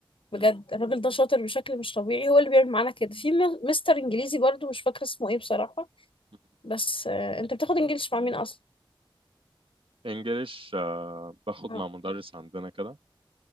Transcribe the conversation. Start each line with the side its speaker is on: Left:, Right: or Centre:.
Left: بجد
Right: م-
Left: الراجل ده شاطر بشكل مش طبيعي هو اللي بيعمل معانا كده في م- مستر انجليزي برضو مش فاكره اسمه ايه بصراحه
Right: م.
Left: بس آه انت بتاخد انجليش مع مين اصلا
Right: انجليش آه باخد
Left: اه
Right: مع مدرس عندنا كده